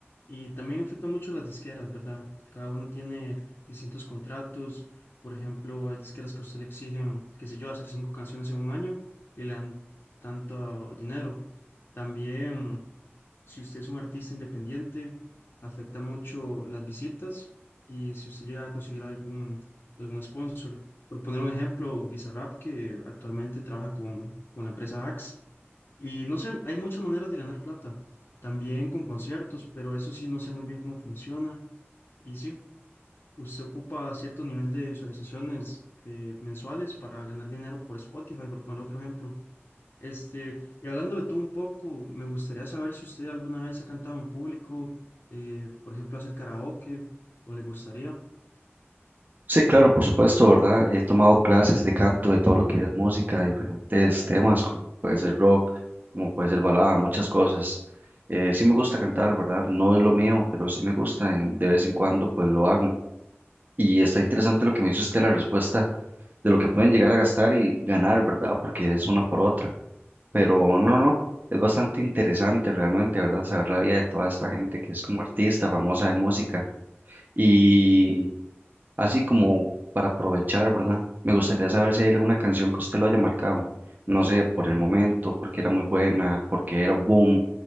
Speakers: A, on the left (about 55°); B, on the right (about 40°).
A: Y también afecta mucho las disqueras, ¿verdad? Cada uno tiene distintos contratos. Por ejemplo, hay disqueras que a usted le exigen, qué sé yo, hacer cinco canciones en un año y le dan tanto dinero. También, si usted es un artista independiente, afecta mucho las visitas y si usted llega a conseguir algún, algún sponsor. Por poner un ejemplo, Bizarrap, que actualmente trabaja con, con la empresa Axe y no sé, hay muchas maneras de ganar plata, también con conciertos, pero eso sí, no sé muy bien cómo funciona. Y sí, usted ocupa cierto nivel de visualizaciones eh, mensuales para ganar dinero por Spotify, por poner otro ejemplo. Este, y hablando de todo un poco, me gustaría saber si usted alguna vez ha cantado en público, eh, por ejemplo, hacer karaoke, o le gustaría.
B: Sí, claro, por supuesto, ¿verdad? He tomado clases de canto, de todo lo que es música, diferentes temas, como puede ser rock, como puede ser balada, muchas cosas. Eh, sí me gusta cantar, ¿verdad? No es lo mío, pero sí me gusta, en- de vez en cuando pues lo hago. Y está interesante lo que me hizo usted, la respuesta de lo que pueden llegar a gastar y ganar, ¿verdad? Porque es una por otra. Pero no, no, es bastante interesante realmente, ¿verdad? Saber la vida de toda esta gente que es como artista, famosa de música. Y así como para aprovechar, ¿verdad? Me gustaría saber si hay alguna canción que usted lo haya marcado, no sé, por el momento, porque era muy buena, porque era un boom,